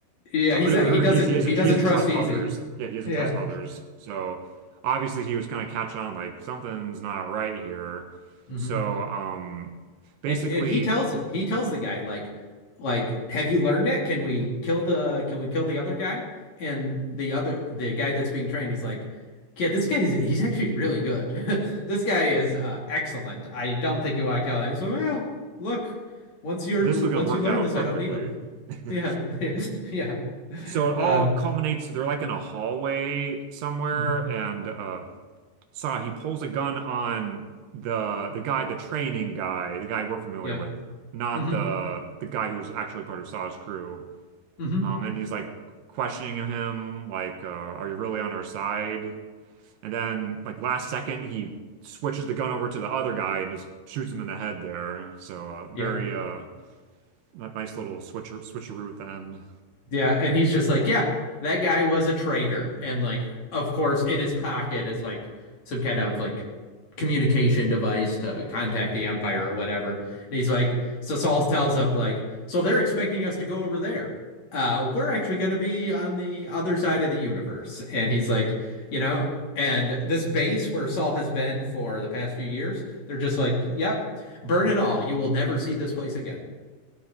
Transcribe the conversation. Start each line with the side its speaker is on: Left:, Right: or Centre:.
Left: yeah,
Right: Uh,
Left: he's he
Right: <laughs> or
Left: doesn't
Right: he's he doesn't
Left: he doesn't
Right: he doesn't
Left: trust
Right: trust
Left: easy.
Right: others. Yeah, he doesn't
Left: Yeah.
Right: trust others. So obviously he was kind of catch on like something's not right here.
Left: hmm
Right: So um basically
Left: And and he tells it. He tells the guy like like have you learned it? Can we kill the can we kill the other guy? And the other the guy that's being trained, he's like, yeah, this guy is he's actually really good. <laughs> This guy is uh, excellent. I don't think you want to kill him. He's like, well, look, once you're
Right: this was
Left: once
Right: gonna work
Left: you learn
Right: out
Left: this,
Right: perfectly.
Left: I don't need him.
Right: <laughs>
Left: Yeah. <laughs> Yeah.
Right: So it
Left: Um,
Right: all culminates, they're like in a hallway somewhere,
Left: mhm.
Right: and uh saw he pulls a gun on the the guy, the training guy, the guy we're familiar
Left: Yeah.
Right: with, not
Left: hmm
Right: the the guy who's actually part of Saw's crew.
Left: hmm
Right: Um and he's like questioning him, like, uh, are you really on our side? And then like last second he switches the gun over to the other guy and just shoots him in the head there. So uh very
Left: Yeah.
Right: uh nice little switcher switcheroo at the end.
Left: Yeah, and he's just like, yeah, that guy was a traitor. And like, of course, in his pocket is like some kind of like communication device to contact the Empire or whatever. And he's like, so Saul tells him like, so they're expecting us to go over there. Uh, we're actually going to be on the other side of the universe. And he's like, you know, and this base where Saul has been for the past few years, they're just like, yep, burn it all. You will never see this place again.